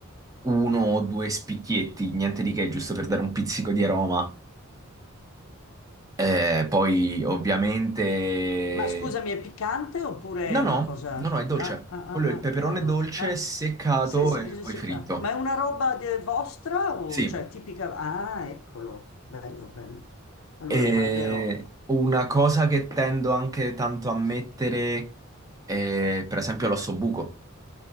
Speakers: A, on the right (about 15°); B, on the left (about 65°).
A: uno o due spicchietti, niente di che, giusto per dare un pizzico di aroma. Eh, poi ovviamente...
B: Ma scusami, è piccante oppure
A: No,
B: è una
A: no,
B: cosa
A: no,
B: tranquilla?
A: no, è dolce.
B: Ah, ah,
A: Quello
B: ah, ah,
A: è il peperone
B: ah, è dolce.
A: dolce
B: Ah,
A: seccato
B: sì, semplice
A: e poi
B: seccato.
A: fritto.
B: Ma è una roba de- vostra o
A: Sì.
B: cioè tipica? Ah, eccolo, bello, bello. Allora
A: E
B: guarderò.
A: una cosa che tendo anche tanto a mettere è per esempio l'ossobuco.